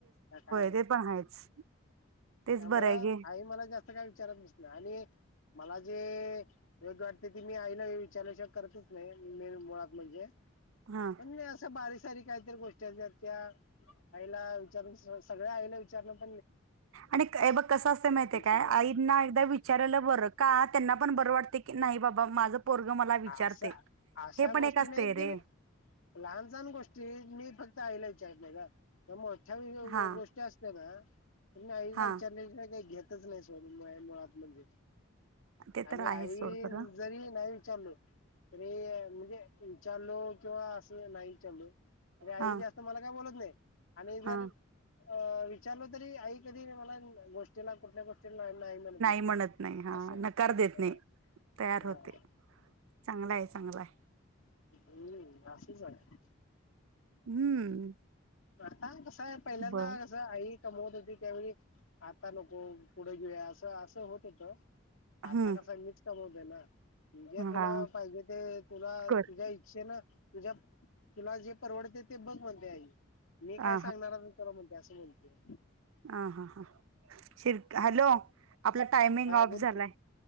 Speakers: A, on the left; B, on the right.
A: का काय
B: ते पण आहेच. तेच
A: त्यामुळं
B: बरं आहे गे
A: आई मला जास्त काय विचारत नसत्या आणि मला जे योग्य वाटते ते, मी आईला विचारल्याशिवाय करतच नाही, मी मुळात म्हणजे-
B: हा
A: म्हण नाही असं बारश <unintelligible> काहीतरी गोष्टी त्याला विचार सगळ्याला विचार <unintelligible>
B: आणि बघ कसं असत माहितय
A: विसरून
B: काय,
A: जाते
B: आईंना एकदा विचारायला बरं का? त्यांना पण बरं वाटत- नाही बाबा माझं- पोरग मला विचारते
A: अस, अशा
B: हे पण
A: गोष्टी
B: एक असते
A: नाहीत
B: रे
A: की मी लहान सहान गोष्टी मी फक्त आईला का मवी
B: हा
A: गोष्टी असत ना <unintelligible> आईला
B: हा
A: विचारण्या श शिवाय काही घेतच नाही सोड मुळात म्हणजे
B: ते
A: आणि
B: तर
A: आई
B: आहे सोड खरं
A: जरी नाही चालू त म्हणजे वि चालू किंवा असं नाही <unintelligible> चालू आई
B: हा
A: जास्त मला काय बोलत नाही आणि
B: हा
A: जर अ विचारलं तरी आई कधी मला गोष्टीला कुठल्या गोष्टी ला नाही म्हणत नाही,
B: म्हणत नाही हा
A: असं,
B: नकार देत
A: हा
B: नाही तयार
A: हा
B: होते
A: हा
B: चांगला आहे चांगला आहे
A: हम्.. अशीच आहे.
B: हम्म.
A: हा कसं आहे पहिल्यांदा
B: बर
A: कसं आई कमवत होती, त्यावेळी आता नको पुढे घेऊया, असं असं होतं होत. आता
B: हम्म
A: का संगीच कमवते ना.. जे तुला
B: हा
A: पाहिजे ते तुला
B: कर
A: तुझ्या इच्छे न तुझ्या तुला जे परवडते, ते बघ म्हणते आई. मी
B: हा
A: काय सांगणार मी तुला, म्हणते असं म्हणत्या.
B: ह, हा, हां शिर- हॅलो? आपला टायमिंग
A: हा
B: ऑफ
A: बोल
B: झालाय.
A: की